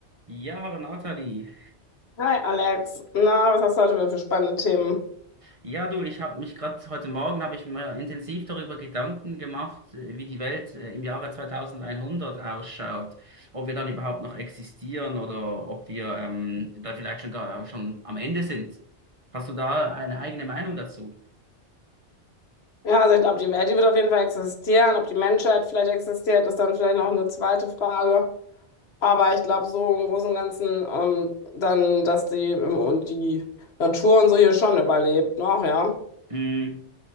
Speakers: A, on the right; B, on the left.
A: Ja, hallo Nathalie.
B: Hi Alex, na, was hast du heute wieder für spannende Themen?
A: Ja, du, ich habe mich gerade heute Morgen habe ich mir intensiv darüber Gedanken gemacht, äh, wie die Welt äh, im Jahre 2100 ausschaut, ob wir dann überhaupt noch existieren oder ob wir ähm, da vielleicht schon gar schon am Ende sind. Hast du da eine eigene Meinung dazu?
B: Ja, also ich glaube, die Welt, die wird auf jeden Fall existieren. Ob die Menschheit vielleicht existiert, ist dann vielleicht noch eine zweite Frage. Aber ich glaube, so im Großen und Ganzen, ähm, dann, dass die, und die Natur und so hier schon überlebt noch, ja.
A: Mm.